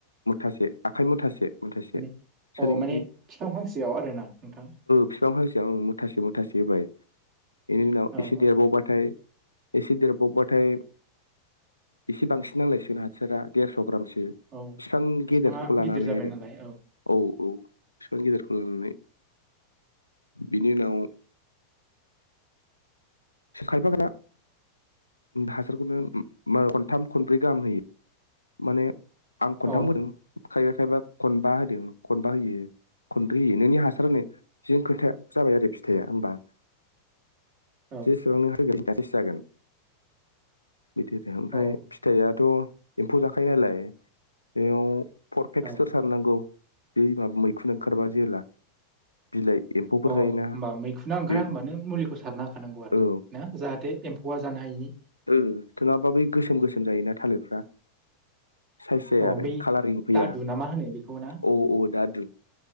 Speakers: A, on the left; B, on the right.
A: मुथासे आखाय मुथासे मुथासे
B: माने
A: सोरगिदिं
B: अ माने बिफां फांसेयाव आरोना नोंथां?
A: बिफां फांसेयाव औ मुथासे मुथासे होबाय बेनि उनाव एसे
B: औ
A: देरबावबाथाय
B: औ
A: एसे देरबावबाथाय एसे बांसिन नांलायसिगोन हासारा देरस ग्रामसो
B: औ
A: फिफां
B: बिफाङा
A: गेदेरखौ लानानै
B: गिदिर जाबाय
A: आरो
B: नालाय
A: औ औ फिफां गेदेरखौ लानानै बिनि उनाव खायफागोना हासारखौनो खनथाम खनब्रै गाहाम होयो माने आं खनथाम
B: औ
A: होदों खायफा खायफा खनबा होदों खनबा होयो । खनब्रै होयोलै नोंनि हासार होनायजों खोथा जाबाय आरो फिथाइया होमबा ।
B: औ
A: जेसेबांनो <unintelligible> बिदि आरो ओमफ्राय
B: औ
A: फिथाइयाथ एम्फौ जाखायो नालाय बेयाव परफेक्सफोर
B: अ
A: सारनांगौ बे माबा मैखुन ओंखारबा जेब्ला बिलाइ एम्फौफोर
B: अ होमबा
A: जायोना
B: मैखुनना ओंखारहांबानो
A: बे
B: मुलिखौ सारना होखानांगौ आरो
A: औ
B: ना जाहाथे एम्फौआ जानो हायिनि ।
A: ओं नोंङाबा बे गोसोम गोसोम जायोना थालिरफ्रा साइस जाया
B: अ
A: आरो
B: बै
A: कालारिं फैया
B: दादु ना मा होनो बेखौ ना?
A: औ औ दा दु